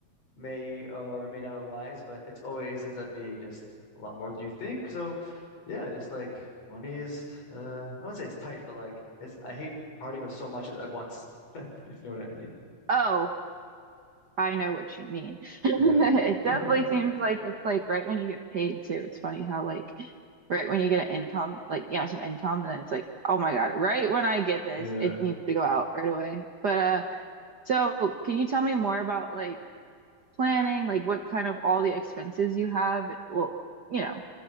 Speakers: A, on the left; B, on the right.
A: may uh, or may not arise, but it's always ends up being just a lot more than you think. So yeah, just like money is uh I wouldn't say it's tight, but like it's I hate parting with so much at, at once, <laughs> if you know what I mean.
B: Oh, I know what you mean. <laughs> It
A: Yeah.
B: definitely
A: <laughs>
B: seems like it's like right when you get paid too. It's funny how like right when you get an income, like you know, some income, and then it's like, oh my God, right when I get this,
A: Yeah.
B: it needs to go out right away. But uh, so can you tell me more about like planning, like what kind of all the expenses you have? Well, you know,